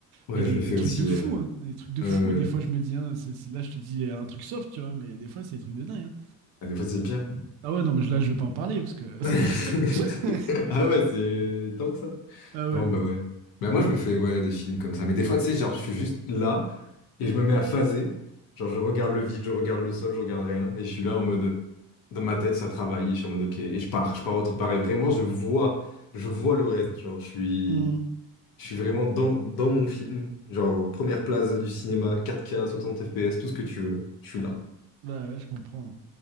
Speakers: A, on the left; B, on the right.
A: ouais,
B: Mais des,
A: je le fais
B: des trucs
A: aussi.
B: de fou,
A: euh.
B: hein. Des trucs de fou.
A: Euh,
B: Des fois, je me dis, hein, c'est, c'est- là, je te dis un truc soft, tu vois, mais des fois, c'est des trucs de dingue. hein.
A: ah, des fois, c'est pire.
B: Ah ouais, non, mais là, je vais pas en parler parce que.
A: <laughs>
B: <laughs>
A: Ah ouais, c'est tant que ça.
B: ah ouais,
A: Non,
B: ouais.
A: bah ouais. Bah moi, je me fais ouais, des films comme ça. Mais des fois, tu sais, genre, je suis juste là et je me mets à phaser. Genre, je regarde le vide, je regarde le sol, je regarde rien. Et je suis là en mode, dans ma tête, ça travaille. Et je suis en mode, ok. Et je pars, je pars autre part. Et vraiment, je vois, je vois le reste. Genre, je suis,
B: Hmm.
A: je suis vraiment dans, dans mon film. Genre, première place du cinéma, 4K, 60 FPS, tout ce que tu veux. Je suis là.
B: Bah ouais, je comprends.